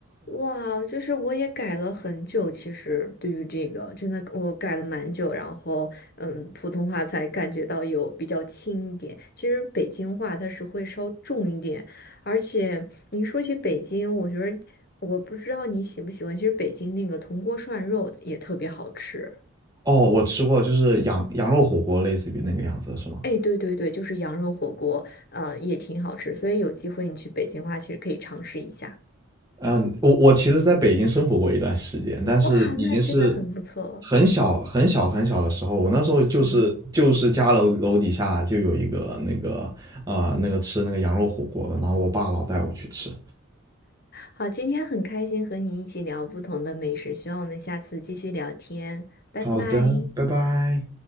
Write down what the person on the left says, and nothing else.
哇，就是我也改了很久，其实对于这个，真的我改了蛮久，然后嗯，普通话才感觉到有比较轻一点。其实北京话它是会稍重一点，而且你说起北京，我觉得我不知道你喜不喜欢，其实北京那个铜锅涮肉也特别好吃。
哎，对对对，就是羊肉火锅，呃，也挺好吃，所以有机会你去北京的话，其实可以尝试一下。
哇，那真的很不错
啊！
好，今天很开心和你一起聊不同的美食，希望我们下次继续聊天，拜拜。